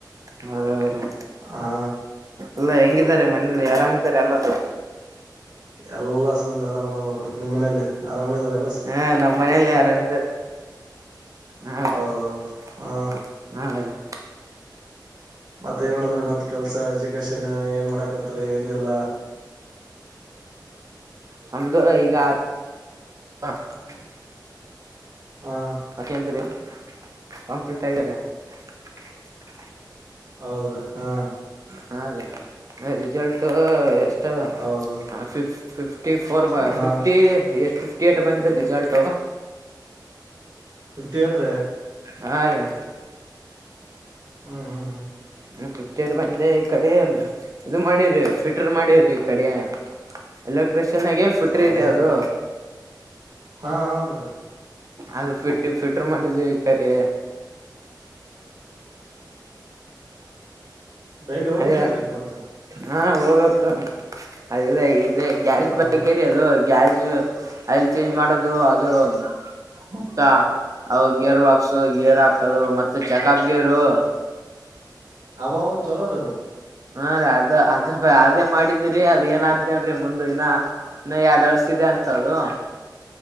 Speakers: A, on the right; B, on the right.
A: ಹೌ, ರಾ. <inaudible>
B: ಹಾ
A: ಎಲ್ಲ ಹೆಂಗಿದ್ದಾರೆ ಮನೇಲಿ ಆರಾಮಿದ್ದಾರೆ ಎಲ್ಲದು
B: ಎಲ್ಲ ಸ ಬಂದಿ ಆರಾಮ ನೋಡ್ರಿ ನಿಮ್ ಮನಲಿ ಆರಾಮ ಇದಾರ ಎಲ್ಲ
A: ಹಾ, ನಮ್ಮ, ಮನೆಯಲ್ಲಿ ಆರಾಮಿದ್ದಾರೆ, ಹಾ.
B: ಹೌದೌದು
A: <unintelligible>
B: ಹಾ. <unintelligible>
A: ಹಾ ರೀ
B: ಮತ್ತ ಏನ್ ಮಾಡದ್ರ ಮತ್ತ ಕೆಲ್ಸ ಎಜುಕೇಶನ್ ಏನ್ ಮಾಡಕತ್ರಿ ಏನಿಲ್ಲ
A: ನಮ್ದು, ಈಗ. <unintelligible>
B: ಹಾ
A: ಮತ್ತೆ ಅಂತ್ರಿ. <inaudible> ಕಂಪ್ಲೀಟ್ ಆಗಿಯಾರೇ. <unintelligible>
B: ಹೌದ್ರ, ಹಾ. <inaudible>
A: ಹಾ, ರಿ, ರಿಸಲ್ಟ್. <inaudible> ಟ್ರ, ಟ್ರಾಫಾ,
B: ಹೌದು
A: ಫಿಫ್ಟಿ, ಫಿಫ್ಟಿಫುರ್ಬರ್,
B: ಹಾ
A: ಫಿಫ್ಟಿ. <unintelligible> ರಿಸಲ್ಟ್ ಬಂದಿದ್ದು ರಿಸಲ್ಟ್
B: ಫಿಫ್ಟಿ ಏಟ್ ರೆ
A: ಹಾ ರೀ
B: ಹ್ಮ್ ಹ್ಮ್ ಹ್ಮ್
A: ಫಿ ಫಿಫ್ಟಿ ಏಟ್ ಬಂದೆ ಈ ಕಡೆ ಅಂದು ಜುಮಾಡಿವ್ರಿ ಫಿಟರ್ ಮಾಡಿವ್ರಿ ಈ ಕಡೆ ಎಲ್ಲ ಪ್ರಿ ಚೆನ್ನಾಗೆ ಫುಟ್ರ
B: ಹೌದ್ರಿ
A: ಇದೆ ಅದು
B: ಹಾ ಹನ್ದ್ರಿ
A: ಅದು ಫಿಟ್ಟ ಫಿಟ್ರ ಮಾಡಿದ್ವಿ ಈ ಕಡೆ
B: ಡೈಲಿ ಹೋಗ್ಬೇಕೇನ್ರೀ
A: ಅದೇ
B: ಈಗ ಮತ್ತ
A: ಹಾ ಹೋಗ್ಬೇಕ ಅದಗೆ ಅ ಗ್ಯಾಸ್
B: ಹೌದ್
A: ಬಗ್ಗೆರೆ ಅದು ಗ್ಯಾಸ್. ಐಲ್ ಚೇಂಜ್ ಮಾಡೋದು ಅದು ಮತ್ತ ಅ ಗೇರ್ ಬಾಕ್ಸ್ ಗೇರ್ ಹಾಕೋದ ಅದು ಮತ್ತೆ ಚೆಕಪ್ ಗೇರು ಹ
B: ಅಬ ಚಲೋ ರ
A: ಹಾ ಅದ ಅದ್ರ ಅದೇ ಮಾಡಿದಿರಿ ಅದ ಏನಾದ್ದೇನ್ರೀ ಮುಂದ ಇನ್ನ ಇನ್ನ ಎರಡ್ ವರ್ಷ ಇದೆ ಅಂತ ಅದು.